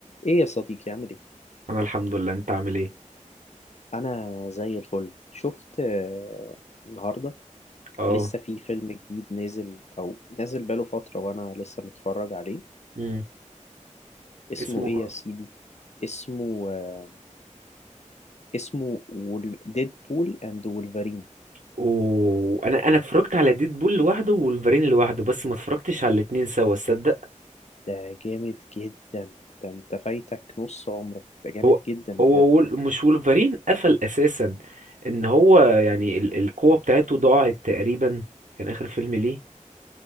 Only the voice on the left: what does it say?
ايه يا صديقي عامل ايه
انا زي الفل شفت آه، النهارده
لسه في فيلم جديد نازل او نازل بقاله فتره وانا لسه متفرج عليه
اسمه
ايه يا سيدي اسمه آه، اسمه ديدبول اند وولفرين
ده جامد جدا ده انت فايتك نص عمرك ده جامد
جدا
بجد